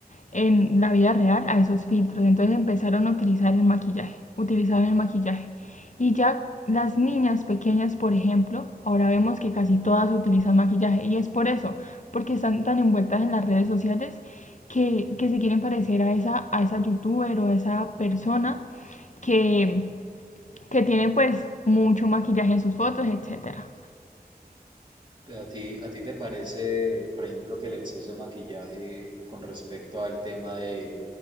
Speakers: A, on the left; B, on the right.
A: en la vida real a esos filtros, entonces empezaron a utilizar el maquillaje, utilizaron el maquillaje. Y ya las niñas pequeñas, por ejemplo, ahora vemos que casi todas utilizan maquillaje y es por eso, porque están tan envueltas en las redes sociales que, que se quieren parecer a esa, a esa youtuber o a esa persona que, que tiene pues mucho maquillaje en sus fotos, etcétera.
B: Pero a ti, ¿a ti te parece, por ejemplo, que el exceso de maquillaje con respecto al tema de,